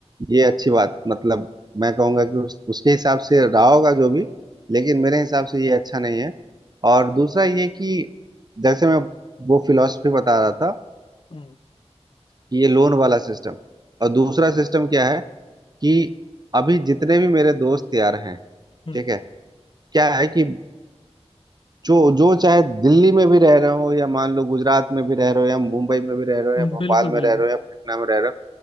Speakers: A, on the right; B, on the left.
A: ये अच्छी बात मतलब मैं कहूंगा कि उस, उसके हिसाब से रहा होगा जो भी लेकिन मेरे हिसाब से ये अच्छा नहीं है और दूसरा ये कि जैसे मैं वो फिलॉसफी बता रहा था
B: हम्म
A: कि ये लोन वाला सिस्टम और दूसरा सिस्टम क्या है कि अभी जितने भी मेरे दोस्त यार हैं
B: हम्म,
A: ठीक है क्या है कि जो जो चाहे दिल्ली में भी रह रहे हो या मान लो गुजरात में भी रह रहे हो या मुंबई में भी रह रहे हो
B: हम्म,
A: या भोपाल
B: बिल्कुल बिल्कुल
A: में रह रहे हो या पटना में रह रहे हो